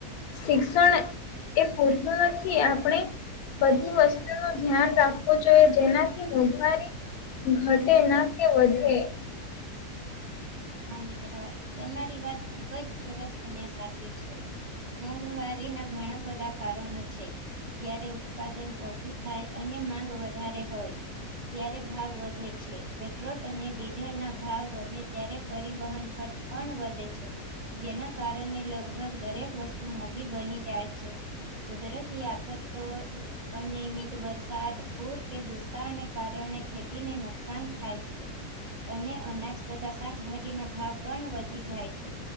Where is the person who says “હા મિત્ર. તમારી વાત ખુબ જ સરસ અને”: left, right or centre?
Right